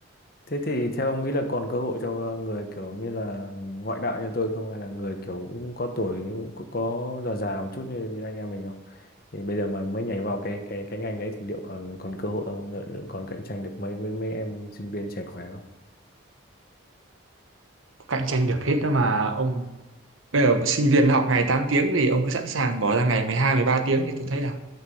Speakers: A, on the left (about 45°); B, on the right (about 75°).
A: Thế thì theo ông nghĩ là còn cơ hội cho người kiểu như là ngoại đạo như tôi không hay là người kiểu cũng có tuổi có, có già già một chút như, như anh em mình không? Thì bây giờ mà mới nhảy vào cái cái cái ngành đấy thì liệu còn còn cơ hội không? Liệu còn cạnh tranh được mấy mấy mấy em sinh viên trẻ khỏe không?
B: cạnh tranh được hết đó mà ông bây giờ sinh viên học ngày 8 tiếng thì ông cứ sẵn sàng bỏ ra ngày mười hai mười ba tiếng thì tôi thấy là